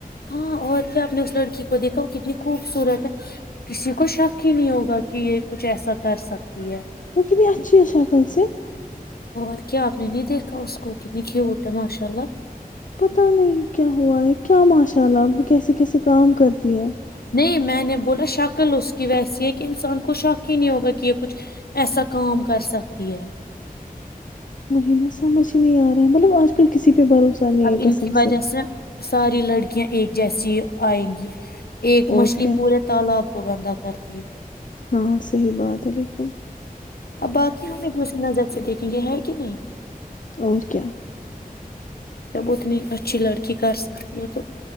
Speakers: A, on the left (about 85°); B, on the left (about 55°).
A: ہاں اور پ آپ نے اس لڑکی کو دیکھا وہ کتنی خوبصورت ہے کسی کو شک ہی نہیں ہوگا کہ یہ کچھ ایسا کر سکتی ہے
B: وہک نہیں جچے سا کال سے
A: اور کیا آپ نے نہیں دیکھا اس کو کتنی کیھیوٹ ہے ماشاء اللہ
B: پتا نہیں کیا ہوا ہے کیا ماشرلہ چلاب کیسے کیسے کام کرتی ہے
A: نہیں میں میں نے بولا شکل اس کی ویسی ہے کہ انسان کو شک ہی نہیں ہوگا کہ یہ کچھ ایسا کام کر سکتی ہے
B: وہی نا سمج ہی نہیں آ رہا ہے مطلب آج کل بالکل کسی پہ بھروسہ نہیں
A: اب
B: ہے
A: ان
B: کسم
A: کی وجہ
B: سے
A: ساری لڑکیاں ایک جیسی آئیں گی ایک
B: اور
A: مچھلی
B: کیا
A: پورے تالاب کو گندا کرتی ہے
B: ہاں صحیح بات ہے لیک
A: ا باقی ہم نے بھی اس ن جب سے دیکھھی پکے ہے کہ نہیں
B: اور کیا
A: جب اتنی اچھی لڑکی کر سکتی ہے تو